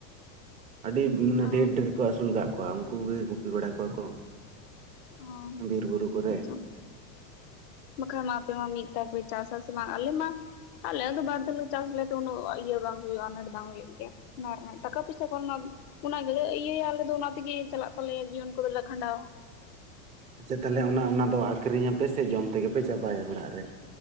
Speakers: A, on the right; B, on the left.
A: ᱟᱹᱰᱤ ᱢᱟᱱᱮ
B: ᱚ
A: ᱰᱷᱮᱨ ᱰᱷᱮᱨ ᱠᱚ ᱟᱹᱥᱩᱞ ᱠᱟᱜ ᱠᱚᱣᱟ ᱩᱱᱠᱩ ᱜᱮ ᱜᱩᱯᱤ ᱵᱟᱲᱟ ᱠᱚᱣᱟ ᱠᱚ᱾
B: ᱚ
A: ᱵᱤᱨ ᱵᱩᱨᱩ ᱠᱚᱨᱮ᱾
B: ᱟᱪᱪᱷᱟ ᱵᱟᱠᱷᱟᱱ ᱢᱟ ᱟᱯᱮ ᱢᱟ ᱢᱤᱫ ᱫᱷᱟᱣ ᱯᱮ ᱪᱟᱥ ᱟᱥᱮ ᱵᱟᱝ ᱟᱞᱮ ᱢᱟ, ᱟᱞᱮ ᱫᱚ ᱵᱟᱨ ᱫᱷᱟᱣ ᱞᱮ ᱪᱟᱥ ᱞᱮᱫ ᱩᱱᱟᱹᱜ ᱤᱭᱟᱹ ᱵᱟᱝ ᱦᱩᱭᱩᱜᱼᱟ ᱟᱱᱟᱴ ᱵᱟᱝ ᱦᱩᱭᱩᱜ ᱜᱮᱭᱟ, ᱚᱱᱟ ᱨᱮᱱᱟᱜ ᱴᱟᱠᱟ ᱯᱩᱭᱥᱟ ᱠᱷᱚᱱ ᱢᱟ, ᱚᱱᱟ ᱜᱮᱞᱮ ᱤᱭᱟᱹᱭᱟ ᱟᱞᱮ ᱫᱚ ᱚᱱᱟ ᱛᱮᱜᱮ ᱪᱟᱞᱟᱜ ᱛᱟᱞᱮᱭᱟ ᱡᱤᱭᱚᱱ ᱠᱚᱫᱚᱞᱮ ᱠᱷᱟᱸᱰᱟᱣᱟ᱾
A: ᱪᱮᱫ ᱛᱟᱦᱚᱞᱮ ᱚᱱᱟ ᱚᱱᱟᱫᱚ ᱟᱹᱠᱷᱨᱤᱧ ᱟᱯᱮ ᱥᱮ ᱡᱚᱢ ᱛᱮᱜᱮ ᱯᱮ ᱪᱟᱵᱟᱭᱟ ᱚᱲᱟᱜ ᱨᱮ᱾